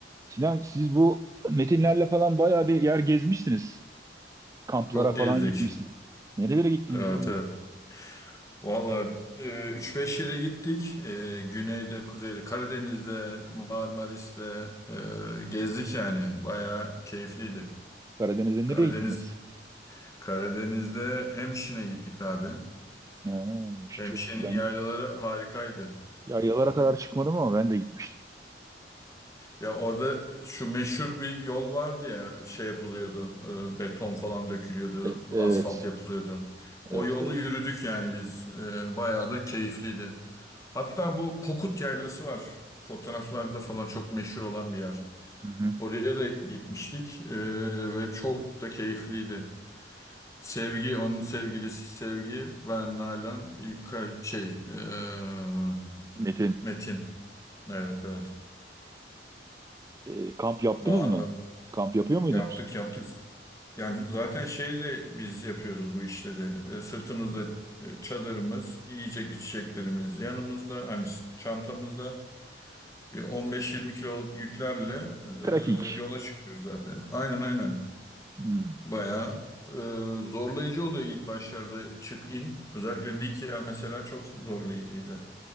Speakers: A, on the right (about 20°); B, on the left (about 20°).
A: Sinan siz bu metinlerle falan bayağı bir yer gezmişsiniz. Kamplara
B: Çok
A: falan
B: gezdik.
A: gitmişsiniz. Nerelere gittiniz
B: Evet
A: ya? Bir
B: evet. Valla 3-5 yere gittik. E, güneyde, kuzeyde, Karadeniz'de, Marmaris'te e, gezdik yani. Bayağı keyifliydi.
A: Karadeniz'de
B: Karadeniz
A: nereye gittiniz?
B: Karadeniz'de Hemşin'e gittik abi.
A: Ha, Yavşı
B: Hemşin'in
A: çok. Ben
B: yaylaları harikaydı.
A: yaylalara kadar çıkmadım ama ben de gitmiştim.
B: Ya orada şu meşhur bir yol vardı ya şey yapılıyordu. e, beton falan dökülüyordu,
A: E- evet.
B: asfalt yapılıyordu. O
A: Evet.
B: yolu
A: evet.
B: yürüdük yani biz. E, bayağı da keyifliydi. Hatta bu Pokut Yaylası var. Fotoğraflarda falan çok meşhur olan bir yer.
A: Hı hı.
B: Oraya da gitmiştik eee, ve çok da keyifliydi. Sevgi, onun sevgilisi Sevgi, ben Nalan, ilk şey eee,
A: Metin.
B: Metin. Evet evet.
A: e, kamp yaptınız
B: Daha
A: mı?
B: da
A: Kamp yapıyor muydunuz?
B: yaptık yaptık. Yani zaten şeyle biz yapıyoruz bu işleri. E, sırtımızda e, çadırımız, yiyecek içeceklerimiz yanımızda, hani s- çantamızda. Bir 15-20 kiloluk yüklerle
A: Trekking.
B: e, yola çıkıyoruz zaten. Aynen aynen.
A: Hmm,
B: Bayağı e, zorlayıcı oluyor ilk başlarda çık in. Özellikle Likya mesela çok zorlayıcıydı.